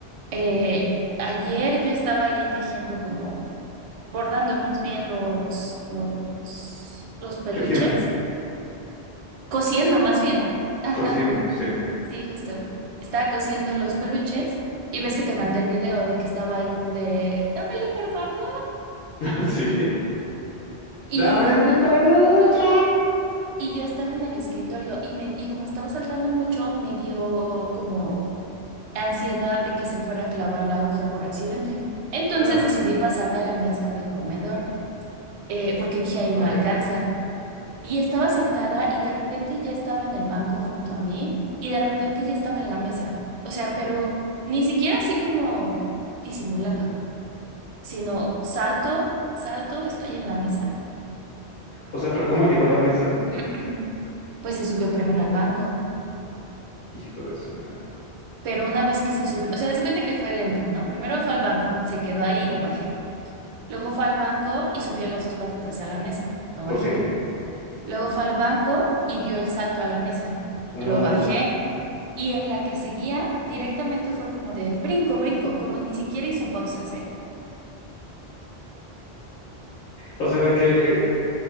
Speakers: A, on the right; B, on the left.
A: eh, ayer yo estaba ahí tejiendo como bordando más bien los, los, los peluches,
B: Tejiendo,
A: cosiendo más bien. Ajá,
B: cosiendo, sí.
A: sí, justo. Estaba cosiendo los peluches y ves que te mandé el video de que estaba ahí como de, dámelo por favor.
B: <laughs> Sí.
A: Y,
B: ¡Dame mi peluche!
A: y yo estaba en el escritorio y, me, y como estaba saltando mucho, me dio como ansiedad de que se fuera a clavar la aguja por accidente. Entonces
B: Ah,
A: decidí pasarme a la mesa del comedor, eh, porque dije, ahí
B: ok.
A: no alcanza. Y estaba sentada y de repente ya estaba en el banco junto a mí y de repente ya estaba en la mesa. O sea, pero ni siquiera así como disimulando, sino salto, salto, estoy en la mesa.
B: O sea, pero ¿cómo llegó a la mesa?
A: <clears throat> Pues se subió primero al banco,
B: Hijo de su madre.
A: pero una vez que se subió, o sea, haz de cuenta que fue lento, ¿no? Primero fue al banco, se quedó ahí y lo bajé. Luego fue al banco y subió las dos patitas a la mesa, lo bajé.
B: Ok.
A: Luego fue al banco y dio el salto a la mesa.
B: Ay,
A: Lo bajé
B: no.
A: y en la que seguía directamente fue como de brinco, brinco, como ni siquiera hizo pausas, ¿eh?
B: O sea, de que